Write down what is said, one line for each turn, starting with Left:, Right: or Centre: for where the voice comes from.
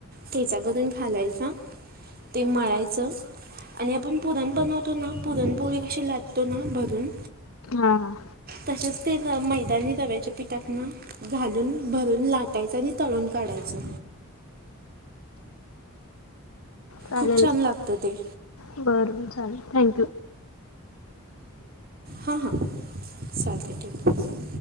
Right: ठेचा करून घालायचा, ते मळायचं. आणि आपण पुरण बनवतो ना, पुरणपोळी कशी लाटतो ना भरून.
Left: हां
Right: तसेच ते मैदानी रव्याच्या पिठात ना घालून भरून लाटायचं आणि तळून काढायचं.
Left: चालेल
Right: खूप छान लागतं ते.
Left: बरं चालेल, थँक्यू.
Right: हा, हां चालतंय ठेवतो.